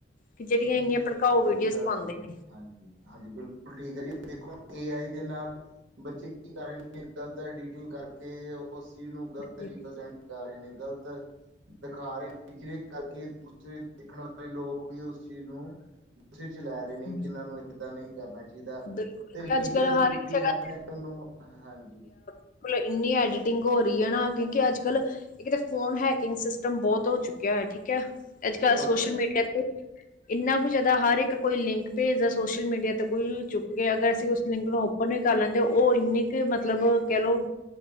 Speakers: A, on the left; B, on the right.
A: ਕਿ ਜਿਹੜੀਆਂ ਇੰਨੀਆਂ। ਭੜਕਾਓ
B: ਤੁਹਾਡੀ
A: ਵੀਡੀਓਜ਼
B: ਤਾਂ
A: ਪਾਉਂਦੇ
B: ਹਾਂਜੀ
A: ਨੇ
B: ਹਾਂਜੀ ਬਿਲਕੁਲ ਠੀਕ ਆ ਜੀ ਦੇਖੋ ਏ ਆਈ ਦੇ ਨਾਲ। ਬੱਚੇ ਕੀ ਕਰ ਰਹੇ ਨੇ ਗਲਤ ਐਡੀਟਿੰਗ ਕਰਕੇ ਉਸ ਚੀਜ਼ ਨੂੰ ਗਲਤ
A: ਜੀ
B: ਰੀਪ੍ਰਜੈਂਟ। ਕਰ ਰਹੇ ਨੇ ਗ਼ਲਤ। ਦਿਖਾ ਰਹੇ ਨੇ ਜਿਹਦੇ ਕਰਕੇ ਦੂਸਰੇ ਦੇਖਣ ਵਾਲੇ ਲੋਕ ਵੀ ਉਸ ਚੀਜ਼ ਨੂੰ। ਗੁੱਸੇ ਚ ਲੈ ਰਹੇ ਨੇ
A: ਹਮ।
B: ਕਿ ਇਹਨਾਂ ਨੂੰ ਏਦਾਂ ਨਹੀਂ। ਕਰਨਾ ਚਾਹੀਦਾ
A: ਬਿਲਕੁਲ
B: ਤੇ ਮੀਡੀਆ
A: ਅੱਜ ਕੱਲ
B: ਦੀ
A: ਹਰ
B: ਜਿਹੜੀ
A: ਇੱਕ ਜਗ੍ਹਾ
B: ਲਾਈਨ ਉਹਨੂੰ ਹਾਂਜੀ।
A: ਹੁਣ ਇੰਨੀ ਐਡੀਟਿੰਗ ਹੋ ਰਹੀ ਹੈ ਨਾ ਕਿਉਂਕਿ ਅੱਜ ਕੱਲ੍ਹ। ਇੱਕ ਤੇ ਫੋਨ ਹੈਕਿੰਗ ਸਿਸਟਮ ਬਹੁਤ ਹੋ ਚੁੱਕਿਆ ਹੈ। ਠੀਕ ਹੈ। ਅੱਜ
B: ਬਹੁਤ
A: ਕੱਲ੍ਹ ਸੋਸ਼ਲ
B: ਜ਼ਿਆਦਾ
A: ਮੀਡੀਆ ਤੇ। ਇੰਨਾ ਕੁ ਜ਼ਿਆਦਾ ਹਰ ਇੱਕ ਕੋਈ ਲਿੰਕ ਭੇਜਦਾ ਸੋਸ਼ਲ ਮੀਡੀਆ ਤੇ ਕੋਈ। ਚੁੱਕ ਕੇ ਅਗਰ ਅਸੀਂ ਉਸ ਲਿੰਕ ਨੂੰ ਓਪਨ ਵੀ ਕਰ ਲੈਂਦੇ ਉਹ ਇੰਨੀ ਕੁ ਮਤਲਬ ਕਹਿ ਲਓ।